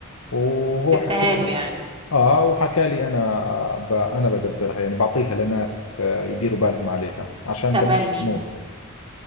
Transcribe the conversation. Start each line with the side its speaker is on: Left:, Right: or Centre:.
Left: وهو
Right: سبتها
Left: حكى
Right: له يعني
Left: اه وحكى لي انا ب... انا بدبرها يعني بعطيها لناس آه، يديروا بالهم عليها عشان
Right: تبني
Left: بلاش تموت